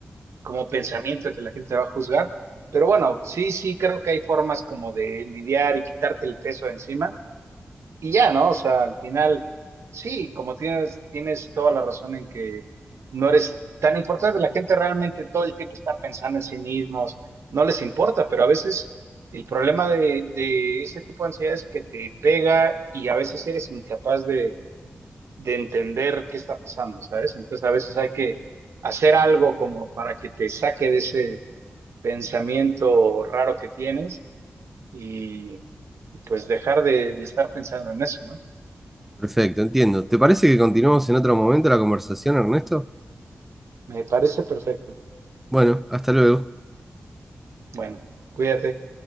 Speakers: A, on the right; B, in the centre.
A: como pensamiento de que la gente te va a juzgar, pero bueno, sí, sí creo que hay formas como de lidiar y quitarte el peso de encima y ya, ¿no? O sea, al final, sí, como tienes, tienes toda la razón en que no eres tan importante, la gente realmente todo el tiempo está pensando en sí mismos, no les importa, pero a veces el problema de, de ese tipo de ansiedad es que te pega y a veces eres incapaz de, de entender qué está pasando, ¿sabes? Entonces a veces hay que hacer algo como para que te saque de ese pensamiento raro que tienes y y, pues dejar de, de estar pensando en eso, ¿no?
B: Perfecto, entiendo. ¿Te parece que continuamos en otro momento la conversación, Ernesto?
A: Me parece perfecto.
B: Bueno, hasta luego.
A: Bueno, cuídate.